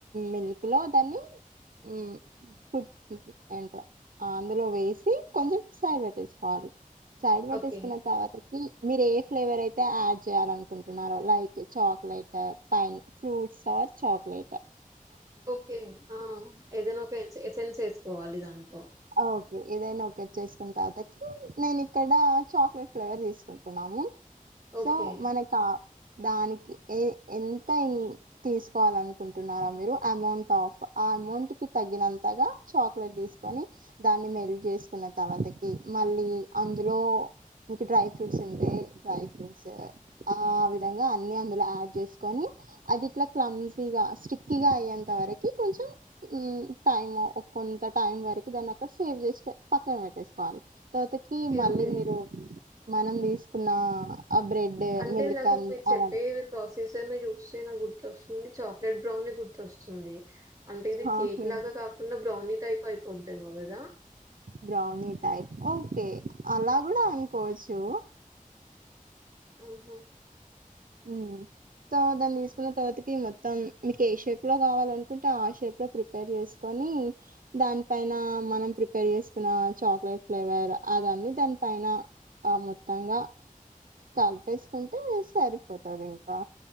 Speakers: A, on the right; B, on the right.
A: మిల్క్ లో దాన్ని హమ్ పుట్ ఎంట్రా అందులో వేసి కొంచెం సైడ్ పెట్టేసుకోవాలి సైడ్ పెట్టేసుకున్న
B: ఓకే.
A: తర్వాతకి మీరు ఏ ఫ్లేవర్ అయితే యాడ్ చేయాల అనుకుంటున్నారో like chocolate pine fruits chocolate
B: okay ఆ ఏదైనా ఒక ఎ ఎసెన్స్ వేసుకోవాలి దాంట్లో
A: ఆ ఓకే ఏదైనా ఓకే చేసుకున్న తర్వాతకి నేను ఇక్కడ చాక్లెట్ ఫ్లేవర్ తీసుకుంటున్నాము
B: ఓకే.
A: సో మనకా దానికి ఎ ఎంత తీసుకోవాలనుకుంటున్నారో మీరు అమౌంట్ ఆఫ్ ఆ అమౌంట్‌కి తగ్గినంతగా చాక్లెట్ తీసుకొని దాన్ని మెల్ట్ చేసుకున్న తర్వాతకి మళ్ళీ అందులో ఇంక డ్రై ఫ్రూట్స్ ఉంటే డ్రై ఫ్రూట్స్ ఆ విధంగా అన్ని అందులో యాడ్ చేసుకొని అది ఇట్లా క్లమ్జీగా స్టిక్కీగా అయ్యేంత వరకి కొంచెం ఉమ్మ్ టైము కొంత టైం వరకి దాన్ని అక్కడ సేవ్ చేసిపే పక్కన పెట్టేసుకోవాలి తతకి
B: ఓకే.
A: మళ్ళీ
B: ఓకే.
A: మీరు మనం తీసుకున్న ఆ బ్రెడ్
B: అంటే
A: మిల్క్
B: నాకు
A: అ
B: మీరు చెప్పే
A: అవ
B: ప్రాసెసర్ అన చూసి టే నాకు గుర్తొస్తుంది చాక్లెట్ బ్రౌన్నే గుర్తొస్తుంది అంటే ఇది
A: చాక్లెట్
B: కేక్ లాగా కాకుండా బ్రౌనీ టైప్ అయిపోదేమో కదా
A: బ్రౌనీ టైప్ ఓకే అలా గూడా అనుకోవచ్చు
B: మ్మ్ ఉహ్మ్
A: ఉమ్మ్ తో దాన్ని తీసుకున్న తర్వాతకి మొత్తం మీకు ఏ షేప్‌లో కావాలి అనుకుంటే ఆ షేప్‌లో ప్రిపేర్ చేసుకొ ని దాని పైన మనం ప్రిపేర్ చేసుకున్న చాక్లెట్ ఫ్లేవర్ అదన్ని దాని పై నా ఆ మొత్తంగా కలిపేసుకుంటే సరిపోతది ఇంకా